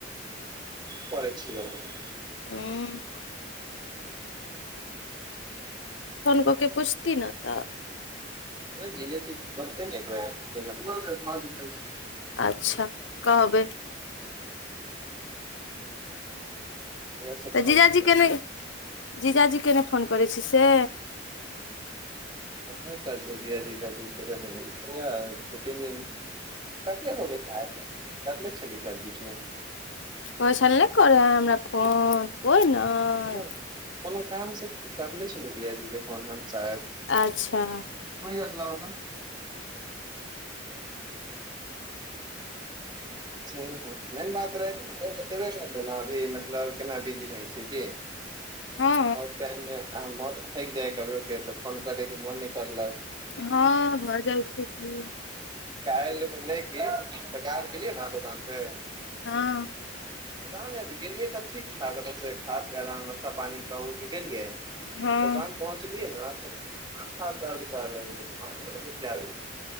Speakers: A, on the right (about 25°); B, on the left (about 75°).
A: करै छिय हमही
B: उं फोन कऽ के पूछती न त।
A: अरे जीजाजी कहते न एक बेर, मत <unintelligible>
B: अच्छा कहबइ।
A: ओहो सब
B: तऽ
A: भऽ
B: जीजाजी
A: जेतै
B: के नहि, जीजाजी के नहि फोन करै छी से।
A: कहाँ <unintelligible> जीजाजी <unintelligible> दु तीनदिन कतले होबै शायद, कटले छलिय शेद बीच में।
B: कहय छले नहि करै है हमरा फोन कोइ नइ।
A: कोनो कोनो काम से करने छेलिय जीजा जी के फोन हम शायद।
B: आच्छा
A: महिया से लाब तन। <inaudible> जय हो, मेन बात रहै, <unintelligible> करतइ ने अभी मतलब केना बिजी रहै छिय की।
B: हँ
A: ओइ टाइम मे <unintelligible> मोन थाइक जाय <unintelligible> के तऽ फोन करयके मोन नहि करलक।
B: हँ भऽ जाइ छै की।
A: कायल भेले की बाजार गेलिय न दुकान पे
B: हँ
A: पता नइ गेलियै तऽ ठीक ठाक, एत स खाक आराम नाश्ता पानी क उ के गेलियै
B: हँ
A: दोकान पहुँचलियै ने माथा दर्द कर लगलय <unintelligible>